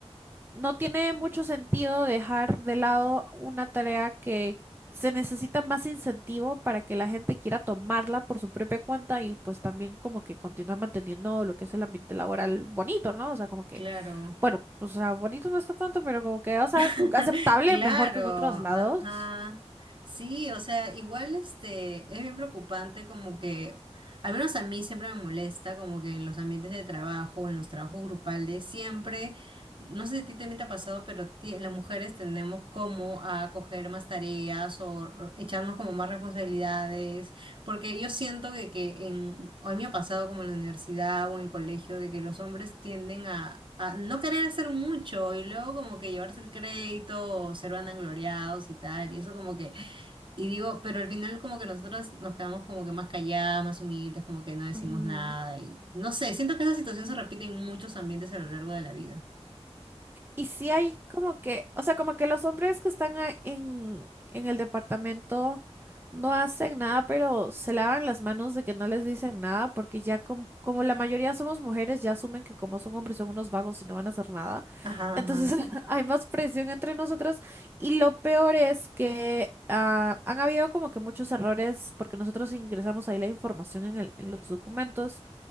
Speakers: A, on the right (about 20°); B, on the right (about 45°).
A: no tiene mucho sentido dejar de lado una tarea que se necesita más incentivo para que la gente quiera tomarla por su propia cuenta y pues también como que continuar manteniendo lo que es el ambiente laboral bonito, ¿no? O sea, como que,
B: claro.
A: bueno, pues o sea, bonito no está tanto, pero como que, o sea,
B: <laughs>
A: aceptable
B: Claro,
A: mejor que en otros
B: ajá.
A: lados.
B: Sí, o sea, igual este es bien preocupante como que, al menos a mí siempre me molesta como que en los ambientes de trabajo, en los trabajos grupales, siempre, no sé si a ti también te ha pasado, pero ti- las mujeres tendemos como a coger más tareas o r- echarnos como más responsabilidades porque yo siento que, que en, a mí me ha pasado como en la universidad o en el colegio, de que los hombres tienden a, a no querer hacer mucho y luego como que llevarse el crédito o ser vanagloriados y tal, y eso como que, y digo, pero al final como que nosotras nos quedamos como que más calladas, más humildes, como que no decimos
A: Ujú.
B: nada y no sé, siento que esa situación se repite en muchos ambientes a lo largo de la vida.
A: Y si hay como que, o sea, como que los hombres que están a- en, en el departamento no hacen nada, pero se lavan las manos de que no les dicen nada, porque ya com- como la mayoría somos mujeres, ya asumen que como son hombres son unos vagos y no van a hacer nada.
B: Ajá,
A: Entonces
B: ajá,
A: <laughs> hay más presión entre nosotros. Y lo peor es que ah, han habido como que muchos errores, porque nosotros ingresamos ahí la información en el- en los documentos